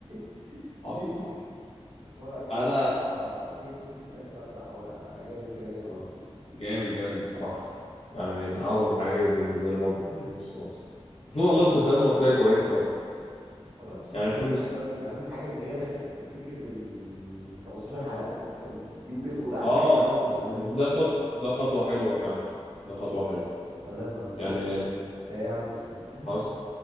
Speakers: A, on the right; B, on the left.
A: <laughs>
B: حصل
A: ليه
B: حصل
A: بس هو لا كده
B: انا
A: كده بصراحه لما تيجي تمط فيه في الاخر لا بصراحه هو جامد كده كده
B: آه، جامد جامد بصراحة يعني من أعظم الحاجات بالنسبة لي برضه جيم اوف ثرونز في والله
A: شفت
B: مسلسلات مصرية كويسة برضه
A: والله المسلسلات
B: يعني
A: المصريه
B: في مس...
A: دلوقتي اهم حاجه ان هي دخلت في سكه ال 15 حلقه دي فاهم دي ممكن تكون احلى
B: آه
A: حاجه اتعملت في المسلسلات
B: ده خطوة ده خطوة حلوة فعلا ده خطوة حلوة
A: بدل ما نموت
B: يعني
A: وبتاع ومش عارف ايه لا
B: خلاص
A: يا عم